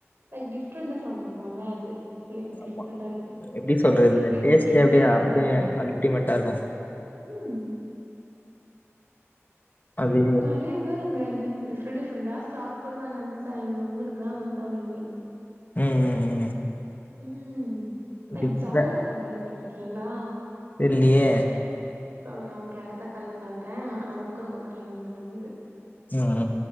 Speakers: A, on the right; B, on the left.
A: லைக் டிஃப்ரெண்டா சமைப்போம்ல்ல அது லைக் டிஃப்ரெண்டா
B: ஆமா
A: இருக்கும்
B: எப்டி
A: லைக்
B: சொல்றது
A: நீங்க எங்க
B: டேஸ்ட்டே
A: எங்க
B: அப்டியே
A: வீட்டுக்கு
B: அப்டியே
A: வந்தாலே தெரியும்
B: அல்டிமேட்டா இருக்கு
A: ம்
B: அய்யய்யோ
A: நேம் வேறங்க டிஃப் டிஃப்ரெண்ட் டிஃப்ரெண்ட்டா சாப்புட்ல்லாம் நெனச்சா எங்க ஊருக்குல்லாம் வந்தா நீங்களே
B: ம் ம்
A: ம் லைக்
B: டிஃப்ர
A: ஜால்ரா பக்கிரி பட்டீருக்கீங்களா
B: தெர்லியே
A: சொல்றேன் ஓகே அடுத்த கால்ல சொல்றேன் நமக்கு குடுக்கப்பட்ட நேரம் முடிவடைந்தது
B: ம்